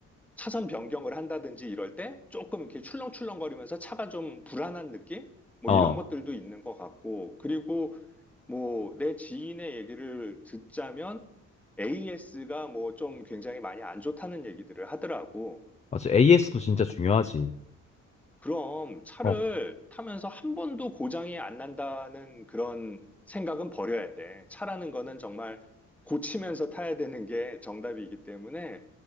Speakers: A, in the centre; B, on the left (about 25°).
A: 차선 변경을 한다든지 이럴 때 조금 이렇게 출렁출렁거리면서 차가 좀 불안한 느낌? 뭐
B: 어,
A: 이런 것들도 있는 것 같고, 그리고 뭐 내 지인의 얘기를 듣자면 AS가 뭐 좀 굉장히 많이 안 좋다는 얘기들을 하더라고.
B: 맞아. AS도 진짜 중요하지.
A: 그럼 차를
B: 어.
A: 타면서 한 번도 고장이 안 난다는 그런 생각은 버려야 돼. 차라는 거는 정말 고치면서 타야 되는 게 정답이기 때문에